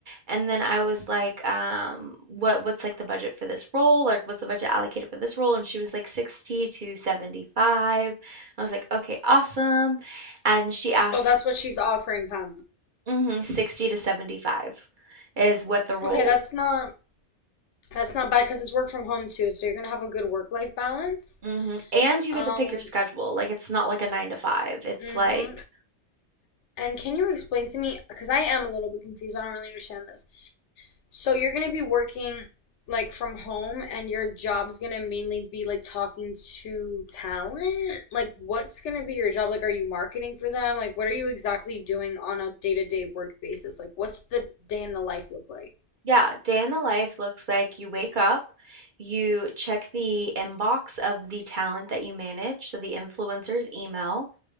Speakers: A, on the right (about 45°); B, on the left (about 85°).
A: And then I was like, um what what's like the budget for this role? Like what's the budget allocated for this role? And she was like 60 to 75. I was like, "Okay, awesome." And she asked,
B: So that's what she's offering, kind of.
A: mm 60 to 75 is what the role
B: Okay, that's not. That's not bad because it's work from home too, so you're gonna have a good work-life balance.
A: Mhm, and you
B: Um,
A: get to pick your schedule, like, it's not like a 9 to 5, it's
B: hmm
A: like
B: And can you explain to me, because I am a little bit confused, I don't really understand this. So you're gonna be working like from home and your job's gonna mainly be like talking to talent? Like what's gonna be your job? Like are you marketing for them? Like what are you exactly doing on a day-to-day work basis? Like what's the day in the life look like?
A: yeah, day in the life looks like you wake up, you check the inbox of the talent that you manage, so the influencer's email,